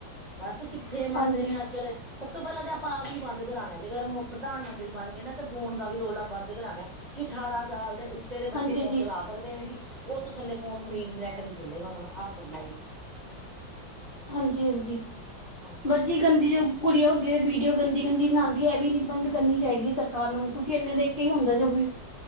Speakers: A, on the right; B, on the left.
A: ਬਸ ਕਿੱਥੇ ਮੰਨਦੇ
B: ਹਾਂਜੀ,
A: ਨੇ ਅੱਜ ਕੱਲ ਸਭ ਤੋਂ ਪਹਿਲਾਂ ਤਾਂ ਆਪਾਂ ਆ ਵੀ ਹੀ ਬੰਦ ਕਰਾਉਣਾ ਜੇਕਰ ਪ੍ਰਧਾਨ ਮੰਤਰੀ ਬਣ ਗਏ ਨਾ ਤੇ ਫੋਨ ਦਾ ਵੀ ਰੋਲਾ ਬੰਦ ਕਰਾਉਣਾ। ਕਿ ਅਠਾਰਾਂ ਸਾਲ ਦੇ ਉਤੇ ਦੇ
B: ਹਾਂਜੀ,
A: ਬੱਚੇ ਫੋਨ
B: ਹਾਂਜੀ,
A: ਚਲਾ ਸਕਦੇ ਨੇ ਜੀ ਉਸ ਤੋਂ ਥੱਲੇ ਫੋਨ ਨੀ ਨੈਟ ਨੀ ਚੱਲੇਗਾ ਉਹਨਾ ਨੂੰ ਆਹ ਕਰਨਾ ਜੀ।
B: ਹਾਂਜੀ ਹਾਂਜੀ।
A: ਹਾਂਜੀ
B: ਮਰਜੀ ਗੰਦੀ ਜੋ ਕੁੜੀਆਂ ਹੁੰਦੀਆਂ ਵੀਡੀਓ ਗੰਦੀ ਗੰਦੀ ਬਣਾਉਂਦੀ ਹੈ ਇਹ ਵੀ ਨਿ ਬੰਦ ਕਰਨੀ ਚਾਹੀਦੀ ਹੈ ਸਰਕਾਰ ਨੂੰ। ਕਿਉਂਕਿ ਇੰਨੇ ਦੇਖ ਕੇ
A: ਹਾਂਜੀ
B: ਹੀ ਹੁੰਦਾ ਜੋ ਵੀ